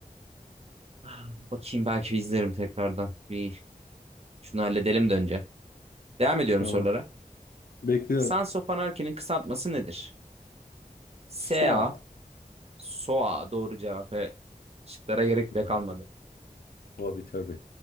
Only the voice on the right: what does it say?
Ah, Bakayım belki bir izlerim tekrardan. Bir şunu halledelim de önce. Devam ediyorum
sorulara.
Sans of Anarchy'nin kısaltması nedir? SA,
SOA doğru cevap. Evet. Şıklara gerek
bile kalmadı.